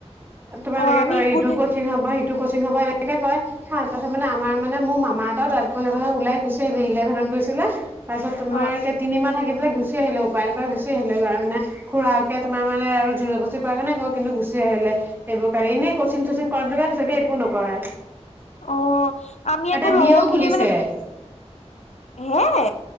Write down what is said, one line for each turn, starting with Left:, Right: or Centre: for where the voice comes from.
Right: তোমাৰ
Left: অ
Right: এনেকে
Left: আমি
Right: ক
Left: গোটেই
Right: ইটো কচিং হব কচিং হ'ব এনেকে কয় হ ত <unintelligible> পিছত মে আমাৰ মানে মোৰ মামা এটাও তাৰ পিছত উলাই গুছে <unintelligible> আহিলি ইলেভেনত গৈছিলে তাৰ পিছতোমাৰ
Left: অ
Right: এে <unintelligible> তিনিমাহ থাকিব গ <unintelligible> গুচি আহিলে উপায় ন উপায় গুচি আহিলে গ মানে খুৰাকে তোমাৰ মান আৰু জুৰ জবস্তি কৰা কাৰণে গল কিন্তু গুচি আহিলে এইবোৰ কাৰণে এনেই কচিং চচিং কৰাল পিতকে <unintelligible> একো নকৰে
Left: অ আমি
Right: এতিয়া
Left: আকৌ লগৰ
Right: বিয়েও
Left: খিনিয়ে
Right: খুলিছে
Left: মানে হে